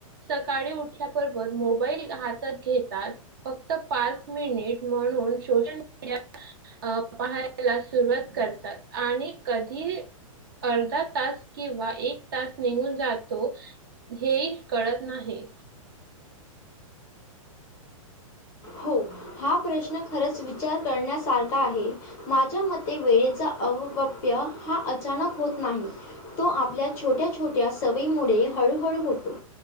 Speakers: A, on the right (about 40°); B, on the left (about 15°).
A: सकाळी उठल्या बरोबर मोबाईल हातात घेतात. फक्त पाच मिनिट म्हणून शोजन अ पाहायला सुरवात करतात आणि कधी अर्धा तास किंवा एक तास निघून जातो. हे कळत नाही.
B: हो. हा प्रश्न खरंच विचार करण्यासारखा आहे. माझ्या मते वेळेचा अववाप्य हा अचानक होत नाही. तो आपल्या छोट्या छोट्या सवयीमुळे हळू हळू होतो.